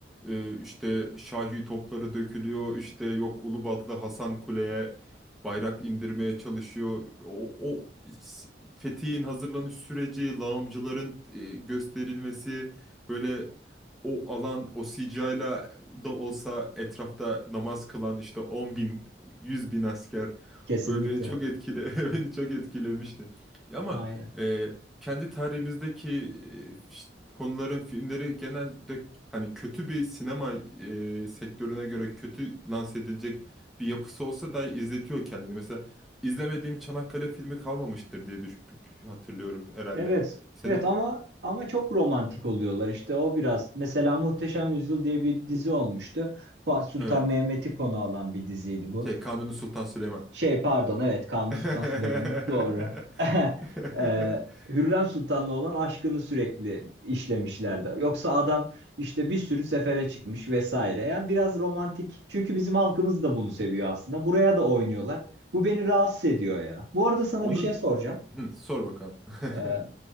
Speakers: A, in the centre; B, on the right (about 80°).
A: E, işte Şahi topları dökülüyor işte yok Ulubatlı Hasan Kule'ye bayrak indirmeye çalışıyor. O, o s- fethiyin hazırlanış süreci, lağımcıların e, gösterilmesi böyle o alan o sicayla da olsa etrafta namaz kılan işte 10 bin 100 bin asker
B: Kesinlikle.
A: böyle beni çok etkile <laughs> beni çok etkilemişti. Ya ama
B: Aynen.
A: e, kendi tarihimizdeki e, fiş- konuların filmleri genelde hani kötü bir sinema e, sektörüne göre kötü lanse edilecek bir yapısı olsa da izletiyor kendini. Mesela izlemediğim Çanakkale filmi kalmamıştır diye düş hatırlıyorum herhalde.
B: Evet,
A: Senin
B: evet ama ama çok romantik oluyorlar işte o biraz. Mesela Muhteşem Yüzyıl diye bir dizi olmuştu. Fatih Sultan
A: evet
B: Mehmet'i konu alan bir diziydi bu.
A: şey Kanuni Sultan Süleyman.
B: Şey pardon evet Kanuni
A: <laughs>
B: Sultan Süleyman'ın doğru. <laughs> Ee, Hürrem Sultan'la olan aşkını sürekli işlemişlerdi. Yoksa adam işte bir sürü sefere çıkmış vesaire. Yani biraz romantik. Çünkü bizim halkımız da bunu seviyor aslında. Buraya da oynuyorlar. Bu beni rahatsız ediyor ya. Bu arada sana
A: Onun
B: bir şey soracağım.
A: Hı, sor bakalım. <laughs>
B: Ee,